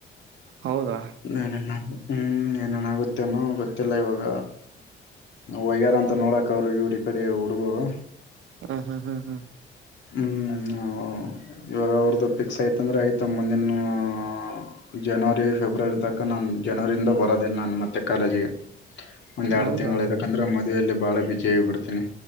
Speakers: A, on the right; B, on the left.
A: ಹೌದಾ
B: ನ ನ ನ ಹ್ಮ್ ಏನೇನಾಗುತ್ತೇನೋ ಗೊತ್ತಿಲ್ಲ ಇವಾಗ ವಯ್ಯಾರ ಅಂತ ನೋಡಕ ಅವರು ಇವರು ಈ ಕಡೆ ಹುಡುಗರು.
A: ಹ್ಮ್ ಹ್ಮ್ ಹ್ಮ್ ಹ್ಮ್
B: ಹ್ಮ್ ಹಾ ಇವಾಗ ಅವ್ರದ್ದು ಫಿಕ್ಸ್ ಯ್ತಂದ್ರೆ ಆಯ್ತ ಮುಂದಿನ ಅ ಅ ಜನವರಿ ಫೆಬ್ರವರಿ ತಕ ನಾನು ಜನವರಿಯಿಂದ ಬರೋದಿಲ್ಲ ನಾನು ಮತ್ತೆ ಕಾಲೇಜಿಗೆ. ಒಂದ್ ಎರಡು
A: ಹೌದಾ
B: ತಿಂಗಳು ಇದುಕ್ಕಂದ್ರೆ ಮತ್ ಇದ್ರಲ್ಲಿ ಬಾಳ <inaudible> ಬಿಡ್ತೀನಿ.